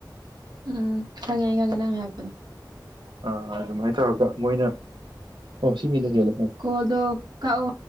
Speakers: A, on the right; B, on the right.
A: ꯎꯝ ꯈꯪꯉꯦ ꯈꯪꯉꯦ ꯅꯪ ꯍꯥꯏꯔꯛꯄꯗꯣ
B: ꯑꯥ ꯑꯗꯨꯃꯥꯏꯅ ꯇꯧꯔꯒ ꯃꯣꯏꯅ ꯑꯣ ꯁꯤ ꯃꯤꯅ ꯍꯦꯜꯂꯦ
A: ꯀꯣꯜꯗꯣ ꯀꯛꯑꯣ